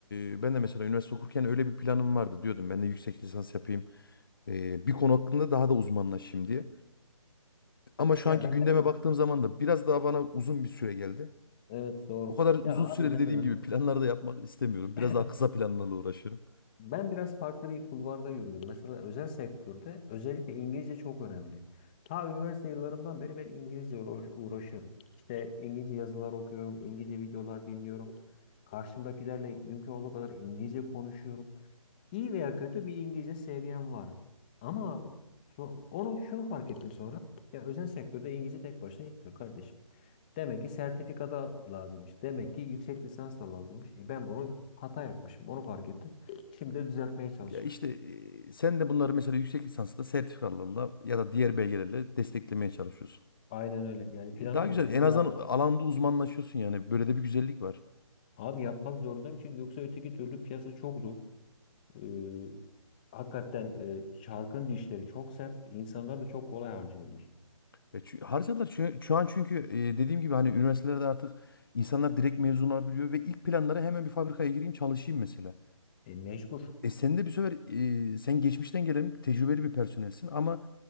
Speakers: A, on the left; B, on the left.
A: eee, ben de mesela üniversite okurken öyle bir planım vardı diyordum. Ben de yüksek lisans yapayım. eee, bir konu hakkında daha da uzmanlaşayım diye. Ama şu
B: Ya
A: anki
B: ben
A: gündeme
B: mesela,
A: baktığım zaman da biraz daha bana uzun bir süre geldi.
B: evet doğru.
A: O kadar
B: Ya
A: uzun
B: abi
A: süreli
B: mesela
A: dediğim gibi planlar da yapmak istemiyorum.
B: <laughs>
A: Biraz daha kısa planlarla uğraşıyorum.
B: ben biraz farklı bir kulvarda yürüdüm. Mesela özel sektörde özellikle İngilizce çok önemli. Ta üniversite yıllarımdan beri ben İngilizce uğra- uğraşıyorum. İşte İngilizce yazılar okuyorum, İngilizce videolar dinliyorum. Karşımdakilerle mümkün olduğu kadar İngilizce konuşuyorum. İyi veya kötü bir İngilizce seviyem var. Ama so- onu şunu fark ettim sonra. Ya özel sektörde İngilizce tek başına yetmiyor kardeşim. Demek ki sertifikada lazımmış. Demek ki yüksek lisans da lazımmış. E ben bunu hata yapmışım. Onu fark ettim. Şimdi de düzeltmeye çalışıyorum.
A: Ya işte e, sen de bunları mesela yüksek lisansla sertifikalarla ya da diğer belgelerle desteklemeye çalışıyorsun.
B: Aynen öyle. Yani planım
A: E, Daha güzel.
B: o. Onu
A: En azından
B: yap.
A: alanda uzmanlaşıyorsun yani. Böyle de bir güzellik var.
B: Abi yapmak zorundayım çünkü yoksa öteki türlü piyasa çok zor. Ee, hakikaten e, çarkın dişleri çok sert. İnsanlar da çok kolay harcıyorlar.
A: E, çü- harcadılar. Çü- Şu an çünkü e, dediğim gibi hani üniversitelerde artık insanlar direkt mezun olabiliyor ve ilk planları hemen bir fabrikaya gireyim çalışayım mesela.
B: E, mecbur.
A: E sen de bir sefer e, sen geçmişten gelen tecrübeli bir personelsin ama